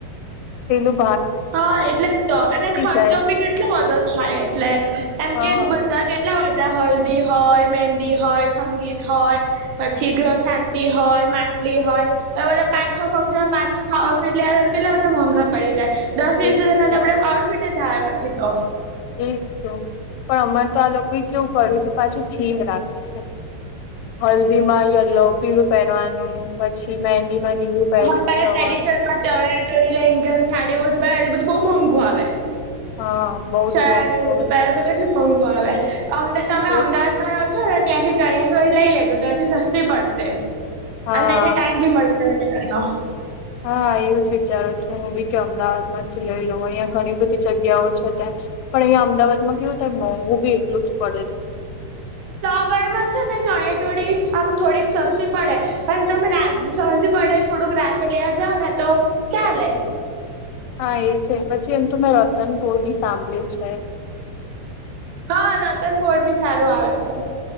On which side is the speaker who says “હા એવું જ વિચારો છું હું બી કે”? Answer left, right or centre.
Left